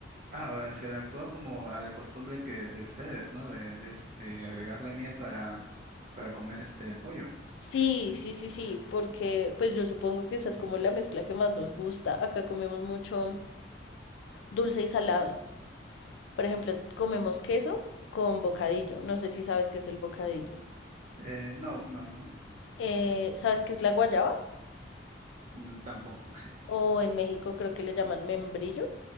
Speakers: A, on the right; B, on the left.
A: Ah, o sea, se adaptó como a la costumbre que de ustedes, ¿no? De, de- de agregarle miel para, para comer este el pollo.
B: Sí, sí, sí, sí, porque pues yo supongo que esa es como la mezcla que más nos gusta. Acá comemos mucho dulce y salado. Por ejemplo, comemos queso con bocadillo. No sé si sabes qué es el bocadillo.
A: Eh, no, no, no,
B: Eh, ¿sabes qué es la guayaba?
A: mm, tampoco.
B: o en México creo que le llaman membrillo.